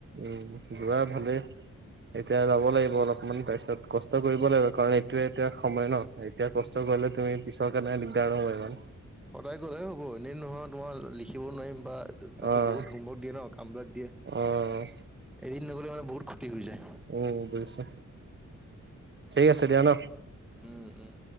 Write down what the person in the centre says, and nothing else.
সদায় গলেহে হ'ব এনেই নহয় তোমাৰ লিখিব নোৱাৰিম বা তাতো
বহুত হোমৱৰ্ক দিয়ে ন কামবিলাক দিয়ে।
এদিন নগ'লে মানে বহুত ক্ষতি হৈ যায়।
উম উম।